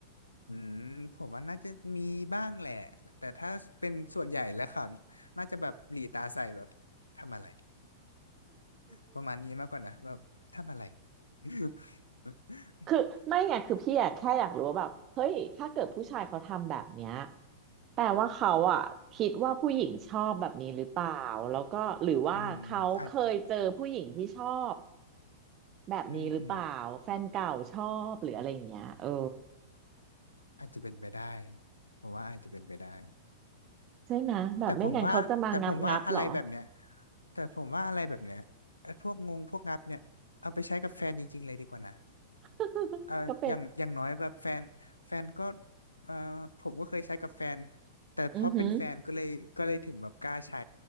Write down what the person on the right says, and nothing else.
คือไม่ไงคือพี่อะแค่อยากรู้ว่าแบบเฮ้ยถ้าเกิดผู้ชายเขาทำแบบเนี้ยแปลว่าเขาอะคิดว่าผู้หญิงชอบแบบนี้หรือเปล่าแล้วก็หรือว่าเขาเคยเจอผู้หญิงที่ชอบ
แบบนี้หรือเปล่าแฟนเก่าชอบหรืออะไรอย่างเงี้ยเออ
ใช่ไหมแบบไม่งั้นเขาจะมางับงับหรอ
<laughs>
ก็เป็น
อือหือ